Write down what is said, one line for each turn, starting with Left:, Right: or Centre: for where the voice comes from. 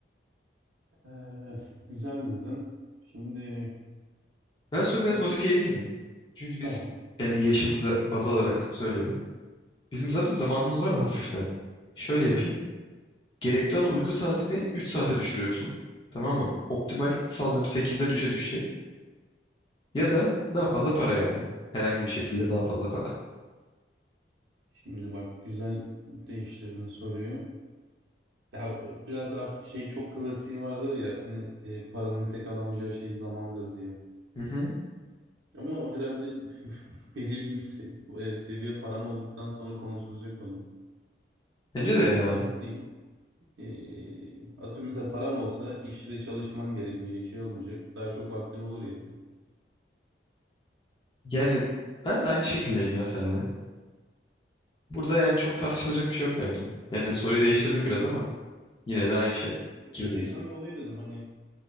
Right: Evet, güzel dedin. Şimdi
Left: Ben soruyu
Right: daha
Left: biraz modifiye edeyim mi? Çünkü biz
Right: tamam.
Left: yani yaşımıza baz alarak söylüyorum. Bizim zaten zamanımız var da hafiften. Şöyle
Right: Hı hı.
Left: yapayım. Gerekli olan uyku saatini 3 saate düşürüyorsun. Tamam mı? Optimal sallıyorum 8'den 3'e düşecek. Ya da daha fazla para yani. Herhangi bir şekilde daha fazla para.
Right: Şimdi bak güzel değiştirdin soruyu. Ya biraz artık şey çok klasiği vardır ya hani e, paranın tek alamayacağı şey zamandır diye.
Left: Hı hı.
Right: Ama o herhalde <laughs> belirli bir se- e, seviye paran olduktan sonra konuşulacak konu.
Left: Bence
Right: Ben önce
Left: de ya.
Right: paramı alayım. E, atıyorum mesela paran olsa işte çalışman gerekmeyecek şey olmayacak. Daha çok vaktin olur ya. <laughs>
Left: Yani ben de aynı şekildeyim ya seninle. Burada yani çok tartışılacak bir şey yok bence. Yani soruyu değiştirdim biraz ama. Yine de aynı şey. Fikirdeyiz.
Right: Şeyden dolayı dedim hani